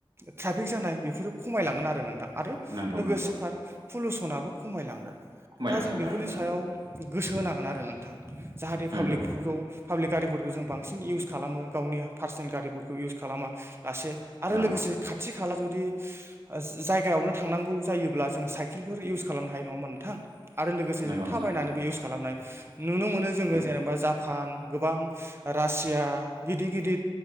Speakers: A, on the right; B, on the right.
A: ट्रा फिक जानाय बेफोरो खमायलांगोन आरो नोंथां आरो
B: नंगौ
A: लोगोसे
B: नंगौ
A: फार पुलुसनाबो खमायलांगोन
B: खमायलांगोन
A: दा जों बेफोरनि
B: औ।
A: सायाव
B: नंगौ
A: गोसो होनांगोन आरो नोंथां जाहाथे
B: नंगौ
A: पाब्लिकफोरखौ पाब्लिक गारिफोरखौ जों बांसिन इउस खालामो गावनि पार्सनेल गारिफोरखौ इउस खालामा। लासे आरो लोगोसे
B: औ
A: खाथि खा खाला जुदि ओ जायगायावनो थांनांगौ जायोब्ला जों साइकेलफोर इउस खालामनो हायो नङा हमबा नोंथां। आरो लोगोसे
B: नंगौ
A: जों
B: नोंथां
A: थाबायनानैबो इउस खालामनाय नुनो मोनो जोङो
B: नंगौ
A: जेनेबा जा पान गोबां रासिया गिदिर गिदिर